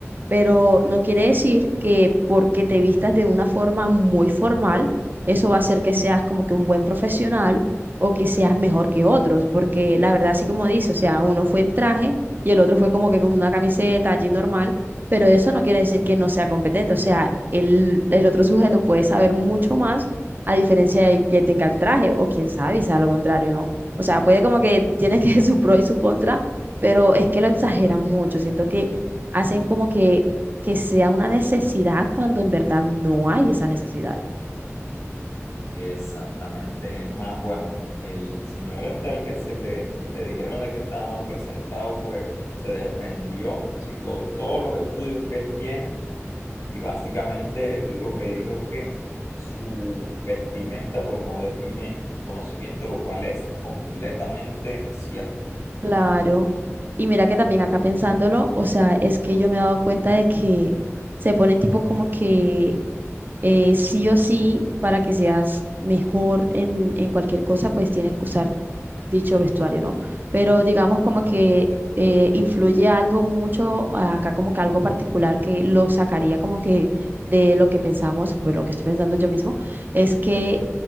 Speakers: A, on the right; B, on the left.
A: pero no quiere decir que porque te vistas de una forma muy formal, eso va a hacer que seas como que un buen profesional o que seas mejor que otros, porque la verdad, así como dice, o sea, uno fue en traje y el otro fue como que con una camiseta, jean normal, pero eso no quiere decir que no sea competente, o sea, el, el otro sujeto puede saber mucho más a diferencia de que tenga el traje, o quién sabe, y sea lo contrario, ¿no? O sea, puede como que tiene que <laughs> su pro y su contra, pero es que lo exageran mucho, siento que hacen
B: y
A: como que, que sea una necesidad cuando en verdad no hay esa necesidad.
B: Exactamente, es más, bueno, el señor este al que se le, le dijeron de que estaba mal presentado, pues se defendió, citó todos los estudios que él tiene y básicamente lo que dijo es que su vestimenta pues no define su conocimiento, lo cual es completamente cierto.
A: Claro. Y mira que también acá pensándolo, o sea, es que yo me he dado cuenta de que se ponen tipo como que eh, sí o sí, para que seas mejor en, en cualquier cosa, pues tienes que usar dicho vestuario, ¿no? Pero digamos como que eh, influye algo mucho ah, acá, como que algo particular que lo sacaría como que de lo que pensamos, pues lo que estoy pensando yo mismo, es que